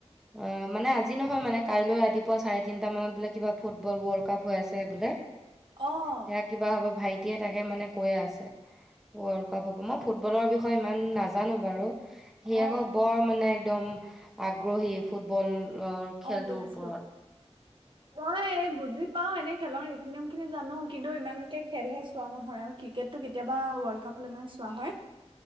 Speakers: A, in the centre; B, on the right.
A: অ মানে আজি নহয় মানে কাইলৈ ৰাতিপুৱা চাৰে তিনটা মানত বোলে কিবা ফুটবল ৱৰ্ল্ড কাপ হৈ আছে বোলে।
B: অ'
A: সেয়া কিবা হ'ব ভাই এতিয়া তাকে মানে কৈয়ে আছে, ৱৰ্ল্ড কাব হ'ব ন ফুটবলৰ বিষয়ে ইমান নাজানো বাৰু। সি
B: অ'
A: আকৌ বৰ মানে একদম আগ্ৰহী ফুটবল ৰ খেলটোৰ
B: অ' বুজিছো।
A: ওপৰত
B: মই বুজি পাও, এনে খেলৰ নীতি নিয়ম খিনি জানো কিন্তু ইমানকে খেলহে চোৱা নহয় আৰু ক্ৰিকেটটো কেতিয়াবা ৱৰ্ল্ড কাপ হ'লে মানে চোৱা হয়।